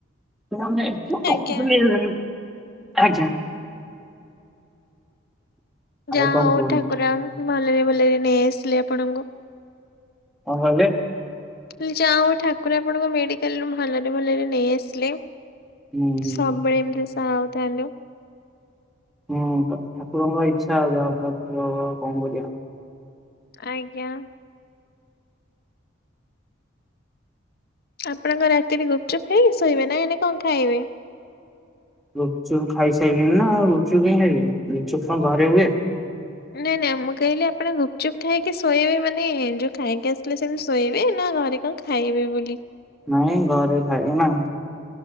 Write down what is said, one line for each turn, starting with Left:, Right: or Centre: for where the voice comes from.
Centre: ତୁମ <unintelligible>
Left: ଆଜ୍ଞା।
Centre: ଆଚ୍ଛା। ଆଉ
Left: ଯାହା
Centre: କଣ
Left: ହୋଉ
Centre: କୁହନ୍ତୁ
Left: ଠାକୁର ଆମ୍ ଭଲରେ ଭଲରେ ନେଇ ଆସିଲେ ଆପଣଙ୍କୁ।
Centre: କଣ କହିଲେ?
Left: ମୁଁ କହିଲି ଯାହୋଉ ଠାକୁର ଆପଣଙ୍କୁ ମେଡିକାଲରୁ ଭଲରେ ଭଲରେ ନେଇ ଆସିଲେ।
Centre: ହୁଁ
Left: ସବୁବେଳେ ଏମତି ସାହା ହୋଉଥାନ୍ତୁ।
Centre: ହୁଁ ହୁଁ ପା ଠାକୁରଙ୍କ ଇଚ୍ଛା ଆଉ ଯାହା ହବାର ଥିବ ହବ ଆଉ କଣ କରିବା।
Left: ଆଜ୍ଞା। ଆପଣ କଣ ରାତିରେ ଗୁପଚୁପ୍ ଖାଇକି ଶୋଇବେ ନା ଏଇନେ କଣ ଖାଇବେ?
Centre: ଗୁପଚୁପ୍ ଖାଇସାଇଲିଣିି ନା ଆଉ ଗୁପଚୁପ କାଇଁ ଖାଇବି ଗୁପଚୁପ କଣ ଘରେ ହୁଏ।
Left: ନାଇଁ ନାଇଁ ମୁଁ କହିଲି ଆପଣ ଗୁପ୍ ଚୁପ୍ ଖାଇକି ଶୋଇବେ ମାନେ ଯୋଉ ଖାଇକି ଆସିଲେ ସେମତି ଶୋଇବେ ନା ଘରେ କଣ ଖାଇବେ ବୋଲି?
Centre: ନାଇଁ ଘରେ ଖାଇବି ନା